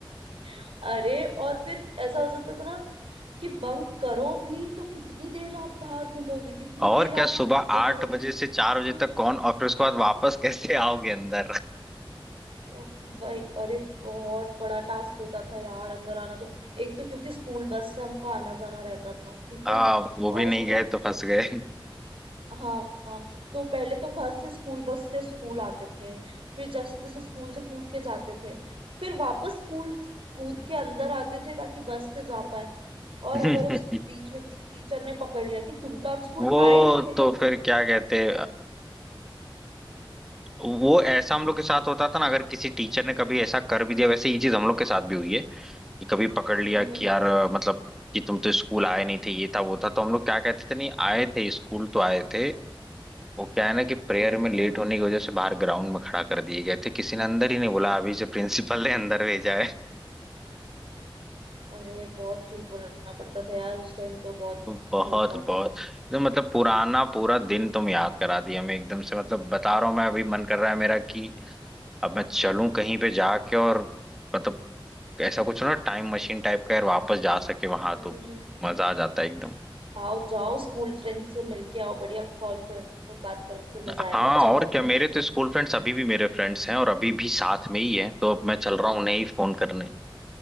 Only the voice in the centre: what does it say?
और
क्या सुबह
आठ
बजे से चार बजे
तक कौन और फिर उसके बाद वापस कैसे आओगे अंदर
हाँ
वो भी
नहीं
गए तो फंस गए
<laughs>
वो
तो
फिर
क्या
कहते
वो ऐसा हम
लोग के साथ होता था ना अगर किसी टीचर ने कभी ऐसा कर भी दिया वैसे ये चीज हम लोग के साथ भी हुई है कि कभी पकड़ लिया
कि
यार अ, मतलब कि तुम तो स्कूल आए नहीं थे ये था वो था तो हम लोग क्या कहते थे नहीं आए थे स्कूल तो आए थे वो क्या है ना कि प्रेयर
में लेट होने की वजह से बाहर ग्राउंड में खड़ा कर दिए गए थे किसी ने अंदर ही नहीं बोला अभी से प्रिंसिपल ने अंदर भेजा है
तो बहुत
बहुत तो मतलब पुराना पूरा दिन तुम याद करा दिया मैं एकदम से मतलब बता रहा हूँ मैं अभी मन कर रहा है मेरा कि अब मैं चलूं कहीं पे जाके और मतलब ऐसा कुछ ना टाइम मशीन टाइप का यार वापस जा सके वहां
तो
मजा आ जाता है एकदम
हाँ
और क्या मेरे
तो स्कूल फ्रेंड्स अभी भी मेरे फ्रेंड्स हैं और अभी भी साथ में ही हैं तो अब
मैं चल रहा हूँ उन्हें ही फोन करने